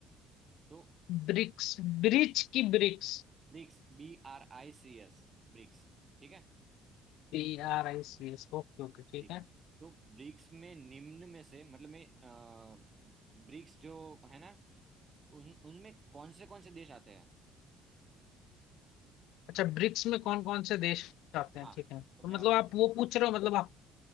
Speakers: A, on the right; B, on the left.
A: तो
B: ब्रिक्स ब्रिज की BRICS
A: BRICS B R I C S BRICS ठीक है
B: B R I C S okay okay ठीक
A: ब्रिक्स
B: है
A: तो ब्रिक्स में निम्न में से मतलब में अ, ब्रिक्स जो है ना उन उनमें कौन से कौन से देश आते हैं
B: अच्छा ब्रिक्स में कौन कौन से देश आते हैं
A: हाँ
B: ठीक है तो
A: तो मैं
B: मतलब
A: ऑप्शन
B: आप वो पूछ रहे हो मतलब आप